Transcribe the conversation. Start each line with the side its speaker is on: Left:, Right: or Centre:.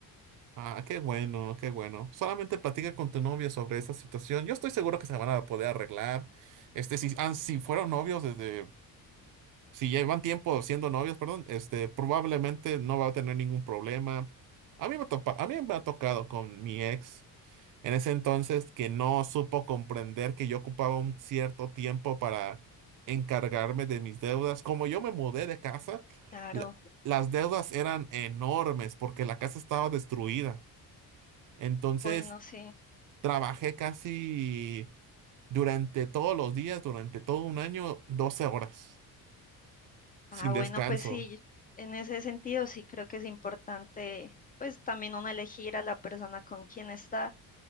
Right: Ah, qué bueno, qué bueno. Solamente platica con tu novio sobre esa situación. Yo estoy seguro que se van a poder arreglar. Este, si, han- si fueron novios desde si llevan tiempo siendo novios, perdón, este, probablemente no va a tener ningún problema. A mí me topa- a mí me ha tocado con mi ex en ese entonces que no supo comprender que yo ocupaba un cierto tiempo para encargarme de mis deudas. Como yo me mudé de casa,
Left: Claro,
Right: la- las deudas eran enormes porque la casa estaba destruida. Entonces,
Left: bueno, sí.
Right: trabajé casi durante todos los días, durante todo un año, 12 horas, sin
Left: Ah, bueno,
Right: descanso.
Left: pues sí, en ese sentido sí creo que es importante, pues también uno elegir a la persona con quien está,